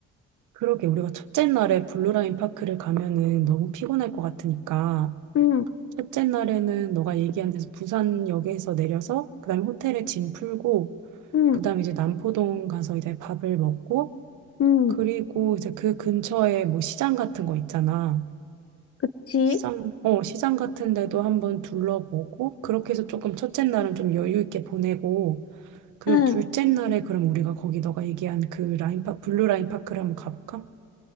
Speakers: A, on the right; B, on the left.
A: 그러게 우리가 첫째 날에 블루라인 파크를 가면은 너무 피곤할 것 같으니까
B: 응,
A: 첫째 날에는 너가 얘기한 데서 부산역에서 내려서 그다음에 호텔에 짐 풀고
B: 응,
A: 그다음에 이제 남포동 가서 이제 밥을 먹고
B: 응,
A: 그리고 이제 그 근처에 뭐 시장 같은 거 있잖아.
B: 그치?
A: 시장, 어, 시장 같은 데도 한번 둘러보고, 그렇게 해서 조금 첫째 날은 좀 여유 있게 보내고, 그리고
B: 응,
A: 둘째 날에 그럼 우리가 거기 너가 얘기한 그 라인파, 블루 라인파크를 한번 가볼까?